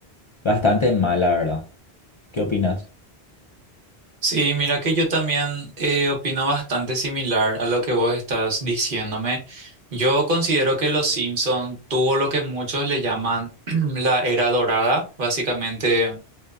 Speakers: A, on the left; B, on the right.
A: bastante mal, la verdad. ¿Qué opinas?
B: Sí, mira que yo también eh, opino bastante similar a lo que vos estás diciéndome. Yo considero que Los Simpson tuvo lo que muchos le llaman <clears throat> la era dorada, básicamente.